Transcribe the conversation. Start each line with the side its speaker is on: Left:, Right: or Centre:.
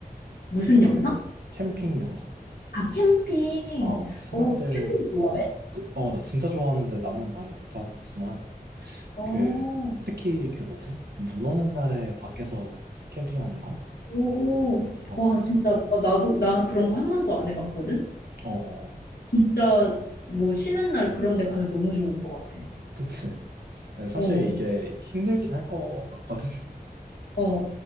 Left: 무슨
Right: 이렇게
Left: 영상?
Right: 캠핑 영상.
Left: 아, 캠핑.
Right: 어, 사람들,
Left: 어, 캠핑 좋아해?
Right: 그, 어, 나 진짜 좋아하는데 나는 많이 못하지만,
Left: 어,
Right: 그, 특히 그 뭐지? 눈 오는 날에 밖에서 캠핑하는 거?
Left: 오,
Right: 어,
Left: 와, 진짜, 나- 나도, 나 그런 거 한 번도 안 해봤거든?
Right: 어, 어.
Left: 진짜, 뭐, 쉬는 날 그런 데 가면 너무 좋을 것 같아.
Right: 그치. 아니, 사실
Left: 어,
Right: 이게 힘들긴 할 것 같거든.
Left: 어.